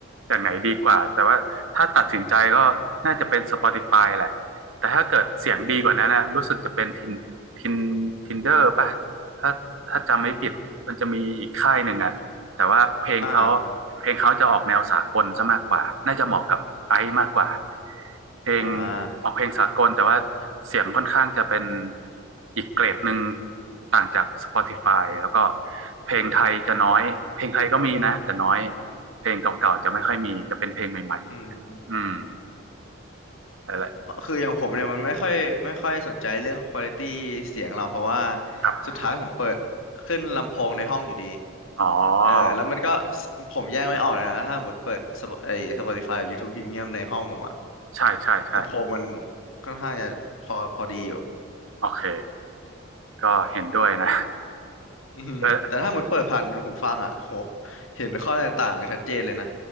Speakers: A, on the right (about 80°); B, on the left (about 85°).
A: อย่างไหนดีกว่าแต่ว่าถ้าตัดสินใจก็น่าจะเป็น Spotify แหละแต่ถ้าเกิดเสียงดีกว่านั้นนะรู้สึกจะเป็นทินทิน
B: อืม
A: ทินเดอร์ป่ะถ้าถ้าจำไม่ผิดมันจะมีอีกค่ายหนึ่งอ่ะ แต่ว่าเพลงเขา
B: อ่า
A: เพลงเขาจะออกแนวสากลซะมากกว่าน่าจะเหมาะกับไอซ์มากกว่าเพลง
B: อ่า
A: ออกเพลงสากลแต่ว่าเสียงค่อนข้างจะเป็นอีกเกรดหนึ่งต่างจาก Spotify แล้วก็เพลงไทยจะน้อยเพลงไทยก็มีนะแต่น้อยเพลงเก่าๆจะไม่ค่อยมีจะเป็นเพลงใหม่ๆอืม
B: อืม
A: นั่นแหละ
B: คืออย่างผมเนี่ยมันไม่ค่อยไม่ค่อยสนใจเรื่องควอลิตี้เสียงเราเพราะว่า
A: ครับ
B: สุดท้ายผมเปิดขึ้นลำโพงในห้องอยู่ดี
A: อ๋อ
B: เออแล้วมันก็สผมแยกไม่ออกเลยนะถ้าสมมติเปิด Sp- ไอ้ Spotify กับ YouTube Premium ในห้องผมอะ
A: ใช่ใช่ใช่
B: ลำโพงมันค่อนข้างจะพอพอดีอยู่
A: โอเคก็เห็นด้วยนะ
B: อืมแต่ถ้าหมดเปิดผ่านหูฟังอ่ะโห
A: <laughs> ก็
B: เห็นข้อแตกต่างชัดเจนเลยนะ